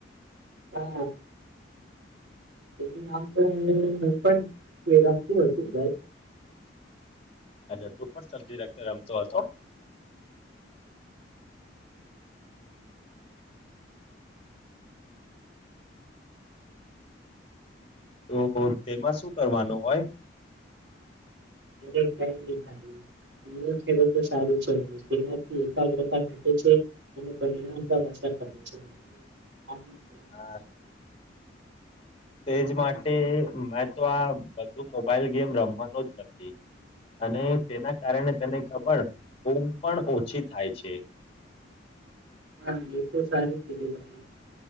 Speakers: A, on the right (about 70°); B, on the left (about 30°).
A: હા એ આમ તો હ પણ વેદામતું હો હતું ભાઈ
B: <unintelligible> સબ્જી રાતના રમતો હતો તો તેમાં શું કરવાનું હોય?
A: એ કઈ નહી ભાઈ અ ખેડૂતો સારું છે, તેનાથી એકાગ્રતા ઘટે છે, અને પરિણામ પર અસર <unintelligible>
B: હા. તેજ માટે મેં તો આ બધું મોબાઈલ ગેમ રમવાનો જ નથી અને તેના કારણે તને ખબર ઊંઘ પણ ઓછી થાય છે
A: હા એ તો સારી કીધું ભાઈ